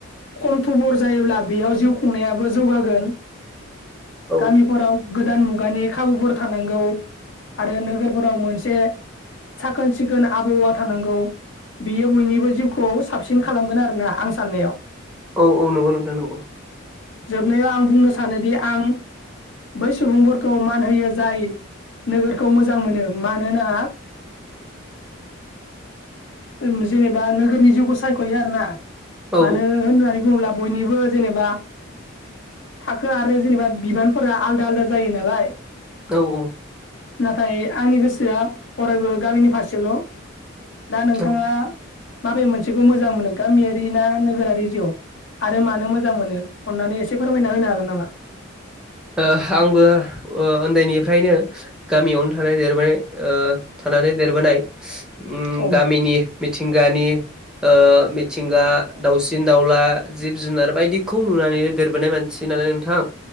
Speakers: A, on the left; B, in the centre.
A: खम थुबुर जायोब्ला बेयाव जिउ खुंनायाबो जौगागोन
B: औ
A: गामिफोराव गोदान मुगानि खाबुफोर थानांगौ आरो नोगोरफोराव मोनसे साखोन सिखोन आबहावा थानांगौ बियो बयनिबो जिउखौ साबसिन खालामगोन आरो ना आं साननायाव
B: औ औ नंगौ नोंथां नंगौ।
A: जोबनायाव आं बुंनो सानोदि आं बै सुबुंफोरखौ मा मान होयो जाय नोगोरखौ मोजां मोनो मानोना उम जेनेबा नोगोरनि जिउखौ सायख'यो आरो ना
B: औ
A: मानो होननानै बुङोब्ला बयनिबो जेनेबा थाखो आरो जेनेबा बिबानफोरा आलदा आलदा जायो नालाय
B: औ औ
A: नाथाय आंनि गोसोआ अरायबो गामिनि फारसेल' दा नोंथाङा
B: ओ
A: माबे मोनसेखौ मोजां मोनो गामियारि ना नोगोरारि जिउ? आरो मानो मोजां मोनो अननानै एसे फोरमायना होनो हागोन नामा?
B: ओ आंबो ओ उन्दैनिफ्रायनो गामियावनो थानाय देरबाय ओ थानानै देरबोनाय स उम
A: औ
B: गामिनि मिथिंगानि ओ मिथिंगा दाउसिन दाउला जिब जुनार बायदिखौ नुनानै देरबोनाय म मानसि नालाय नोंथां